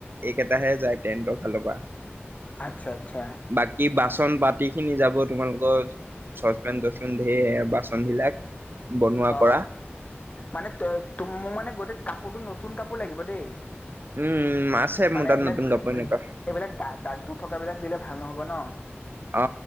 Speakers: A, on the right (about 55°); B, on the left (about 35°).
A: এইকেইটাহে যায় তেণ্টৰ ফালৰ পৰা।
B: আচ্ছা। আচ্ছা
A: বাকী বাছ বাচন বাতি খিনি যাব তোমালোকৰ চচপেন তচপেন ধেৰ বাচন বিলাক বনোৱা
B: অ
A: কৰা
B: মানে ত মোক মানে গোটেই কাপোৰটো নতুন কাপোৰ লাগিব দেই
A: উম আছে মোৰ
B: মানে
A: তাত
B: এইবিলাক
A: নতুন কাপোৰ এনেকুৱা।
B: এইবিলাক দাগ-দাগ থকাবিলাক দিলে ভাল ভাল নহব ন
A: অ